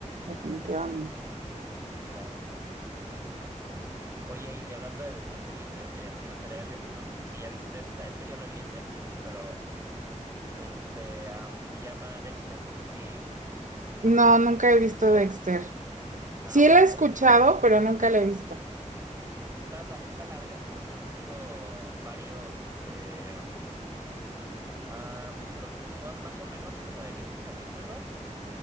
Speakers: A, on the right (about 80°); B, on the right (about 20°).
A: definitivamente.
B: Sí, claro. Oye, y, y hablando de, de series de, de asesinos cereales, no sé si ya viste esta, esta yo la vi en Netflix, pero este am, se llama Dexter, no sé si,
A: No, nunca
B: si,
A: he visto
B: si la
A: Dexter.
B: has, ah,
A: Sí
B: bueno,
A: la he escuchado,
B: has escuchado.
A: pero nunca la he visto.
B: Está, la- está larga porque son de hecho varios, este, am, am, lo- son más o menos como de 10 capítulos.